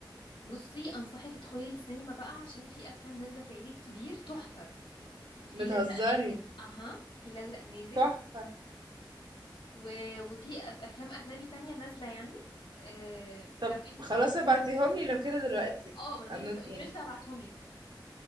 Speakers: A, on the left; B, on the right.
A: بصي انصحك تدخلي السينما بقى عشان في افلام نازلة في العيد الكبير تحفة الفيل
B: بتهزري
A: الازرق نازل اها الفيل الازرق نازل
B: تحفة
A: و... وفي أف- افلام اجنبي تانية نازلة يعني أه... فلو
B: طب
A: انت
B: خلاص
A: انت
B: ابعتيهم
A: لو interested
B: لي لو كده دلوقتي
A: اه ما انا بقولك
B: أنا-
A: لو interested
B: يعني
A: هبعتهم لك